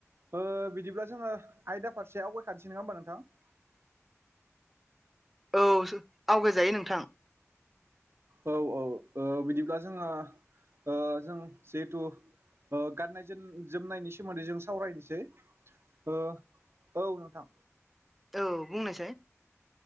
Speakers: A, on the right; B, in the centre.
A: ओ बिदिब्ला जोङो आयदा फारसे आवगायखानोसै नङा होमबा नोंथां?
B: औ आवगायजायो नोंथां
A: औ औ ओ बिदिब्ला जोङो ओ जों जिहेथु गाननाय जोम जोमनायनि सोमोनदै जों सावरायनोसै ओ औ नोंथां
B: औ बुंनायसाय